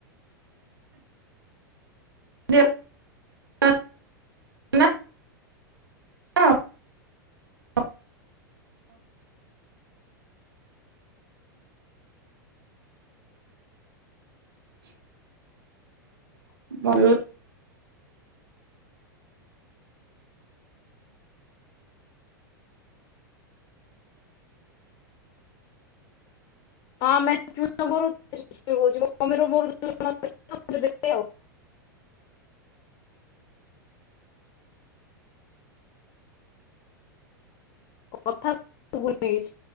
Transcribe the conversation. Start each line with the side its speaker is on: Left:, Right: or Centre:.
Right: <unintelligible> <unintelligible>
Left: <inaudible>
Right: <inaudible> ଭଲ।
Left: ହଁ ଆମେ <unintelligible> <unintelligible> ଆଉ। କଥା। <unintelligible>